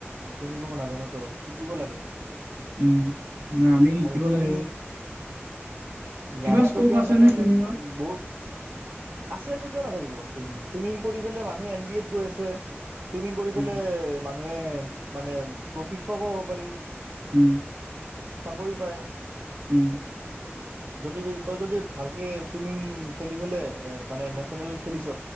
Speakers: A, on the right; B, on the right.
A: তুমি কব, নাজন। তু, শিকিব লাগে।
B: উ, নাই আমি শিকিব
A: আৰু চুইমিং
B: লাগিব। কিবা
A: জানাতো
B: স্কপ,
A: কিয়
B: আছেনে
A: কাৰণে
B: চুইমিংত।?
A: বহুত আছে আছে কিয় নাথাকিব চুইমিং, চুইমিং কৰি পেলাই মানুহ এন ডি এফ গৈ আছে। চুইমিং, কৰি
B: উম,
A: পেলাই মানুহে মানে প্ৰশিক্ষকো হব পাৰি।
B: উম
A: চাকৰি পায়।
B: উম
A: যদি, তই যদি ভালকে চুইমিং খেলি পেলাই, মানে নেচনেল খেলিছ।